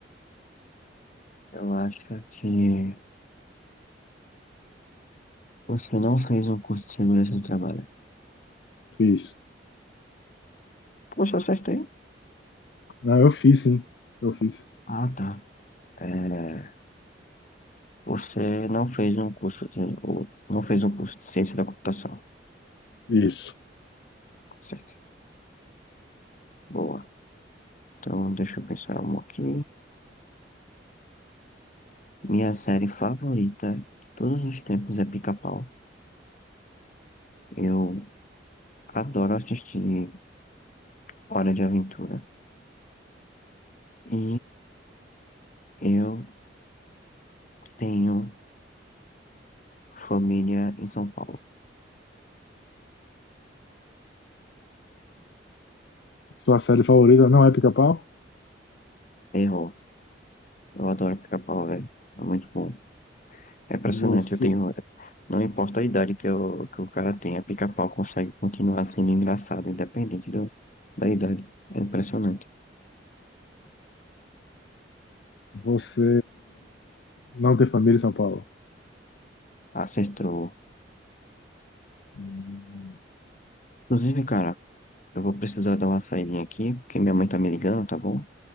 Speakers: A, on the left; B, on the left.
A: Eu acho que você não fez um curso de segurança do trabalho.
B: Fiz.
A: Poxa, acertei.
B: Não, eu fiz, sim. Eu fiz.
A: Ah, tá. É, Você não fez um curso de, ou não fez um curso de ciência da computação,
B: Isso.
A: certo? Boa. Então, deixa eu pensar um aqui. Minha série favorita de todos os tempos é Pica-Pau. Eu adoro assistir Hora de Aventura. E eu tenho família em São Paulo.
B: Sua série favorita não é Pica-Pau?
A: Errou. Eu adoro Pica-Pau, velho. É muito bom. É impressionante,
B: Você,
A: eu tenho. Não importa a idade que, o que o cara tenha, pica-pau consegue continuar sendo engraçado, independente do, da idade. É impressionante.
B: você não tem família em São Paulo.
A: Acertou.
B: Hum,
A: Inclusive, cara, eu vou precisar dar uma saidinha aqui, porque minha mãe tá me ligando, tá bom?